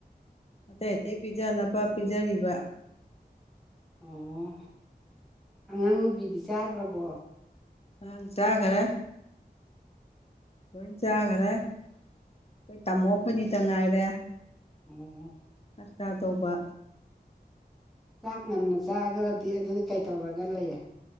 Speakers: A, on the left; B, in the centre.
A: ꯑꯇꯩ ꯑꯇꯩ ꯄꯤꯖꯅꯕ ꯄꯤꯖꯔꯤꯕ
B: ꯑꯣ ꯑꯉꯥꯡ ꯅꯨꯨꯕꯤꯗꯤ ꯆꯥꯈ꯭ꯔꯕꯣ
A: ꯑꯪ ꯆꯥꯈꯔꯦ ꯂꯣꯏꯟ ꯆꯥꯈꯔꯦ ꯑꯩꯈꯣꯏ ꯇꯥꯃꯣ ꯑꯩꯈꯣꯏꯅꯤꯇꯪ ꯉꯥꯏꯔꯦ
B: ꯎꯝ
A: ꯆꯥꯛ ꯆꯥꯗꯧꯕ
B: ꯆꯥꯛ ꯉꯟꯅ ꯆꯥꯈ꯭ꯔꯗꯤ ꯑꯗꯨꯗꯤ ꯀꯩꯇꯧꯔꯒ ꯂꯩ